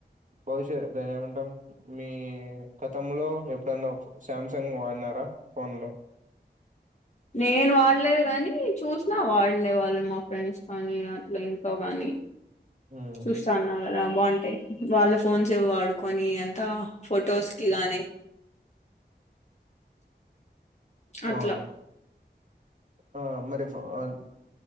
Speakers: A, on the right; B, on the left.
A: బహుషా ధన్నెమంటం మీ గతంలో ఎప్పుడన్న శామ్సంగ్ వాడినారా ఫోన్లో
B: నేను వాడలేదు కని చూసినా వాడినే వాళ్ళు మా ఫ్రెండ్స్ కానీ అట్లా ఇంటో కాని
A: మ్మ్
B: చూస్తాన్నావ్ గదా బాగుంటాయి వాళ్ళ ఫోన్స్ ఇవి వాడుకొని అంతా ఫొటోస్కి గానీ అట్ల
A: అవును ఆ మరి ఇఫ్ ఆ